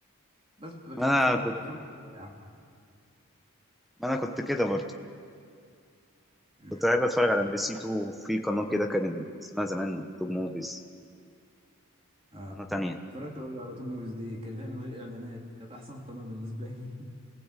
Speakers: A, on the right; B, in the centre.
A: بس بتبقى كانت
B: ما انا
A: أف- كانت
B: كنت
A: افلام حلوة يعني
B: ما انا كنت كده برضه
A: مم.
B: كنت بحب اتفرج على ام بي سي 2 في قناه كده كان اسمها زمان توب موفيز
A: اه
B: قناه تانية
A: اتفرجت برضه على توب موفيز دي كان ليها من غير اعلانات كانت احسن قناه بالنسبه لي